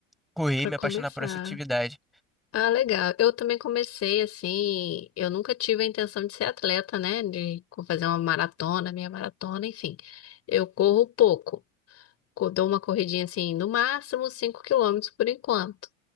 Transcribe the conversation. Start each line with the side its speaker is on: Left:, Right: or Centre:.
Centre: correr
Left: pra
Centre: e me
Left: começar.
Centre: apaixonar por essa atividade.
Left: Ah, legal. Eu também comecei assim, eu nunca tive a intenção de ser atleta, né? De fazer uma maratona, minha maratona, enfim. Eu corro pouco. co- dou uma corridinha assim, no máximo 5 quilômetros por enquanto.